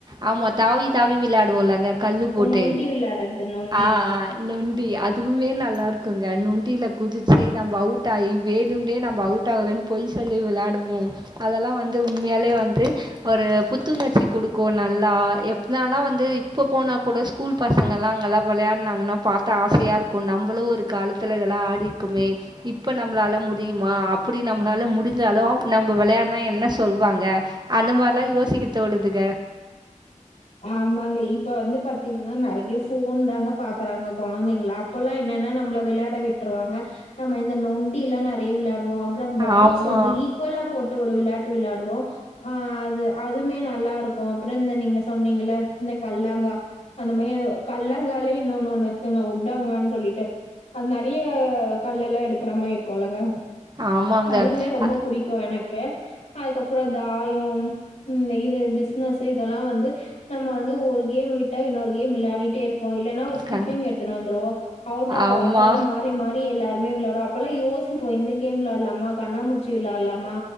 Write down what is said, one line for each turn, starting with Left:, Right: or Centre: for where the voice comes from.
Right: ஆமா தாவி தாவி விளையாடுவோல்லங்க கல்லு போட்டு
Left: ஒ நொண்டி விளையாடுறது நொண்டி.
Right: ஆ ஆ நொண் டி அதுவுமே நல்லா இருக்குங்க நொண்டியில குதிச்சு நம்போ அவுட் ஆகி வேணும்னே நம்ப அவுட் ஆகலைன்னு பொய் சொல்லி விளையாடுவோ அதெல்லா வந்து உண்மையாலே வந்து ஒரு புத்துணர்ச்சி குடுக்கு நல்லா எப்பனாலா வந்து இப்போ போனா கூட ஸ்கூல் பசங்கல்லா அங்கெல்லா விளையாடுனாங்கன்னா பாத்தா ஆசையா இருக்கு நம்பளு ஒரு காலத்துல இதெல்லா ஆடியிருக்குமே இப்ப நம்மளால முடியுமா அப்பிடி நம்மளால முடிஞ்சாலு நம்போ வெளையான் டா என்ன சொல்வாங்க அந்த மாரிலா யோசிக்க தோணுதுங்க
Left: ஆமாங்க இப்ப வந்து பாத்தீங்கன்னா நெறைய ஃபோன்தாங்க பாக்குறாங்க கொழந்தைங்லா அப்பல்லா என்னன்னா நம்மள விளையாட விட்ருவாங்க நம்ம இந்த நொண்டி எல்லாம் நெறையா விளா டுவோ அப்றோ பாக்ஸ்
Right: ஆமா.
Left: வந்து ஈக்வலா போட் ஒரு விளாட்டு விளையாடுவோம் ஆஹ் அது அதுமே நல்லா இருக்கும் அப்புறம் இந்த நீங்க சொன்னீங்க இந்த கல்லாங்க் அந்த மாதிரி அந்த கல்லாங்காயாலயே இன்னொன்னு ஒண்ணு இருக்குங்க உட்டாங்கான்னு சொல்லிட்டு அது நிறைய கல்லெல்லாம் எடுக்கிற மாதிரி இருக்கும்ல்லங்க
Right: ஆமாங்க.
Left: அதுமே ரொம்ப
Right: அ
Left: புடிக்கும் எனக்கு அதுக்கப்புறம் தாயம் உம் இது பிஸ்னஸ் இதெல்லாம் வந்து நம்ம வந்து ஒரு கேம் விட்டா இன்னொரு கேம் விளையாடிட்டே இருப்போம் இல்லைன்னா ஒரு ஸ்கிப்பிங்
Right: க
Left: எடுத்துட்டு வந்துருவோம் அவுட்டாக
Right: ஆமா.
Left: அவுட்டாவ மாறி மாறி எல்லாருமே விளையா அப்போலாம் யோசிப்போம் இந்த கேம் விளையாடலாமா கண்ணாம்பூச்சி விளையாடலாமா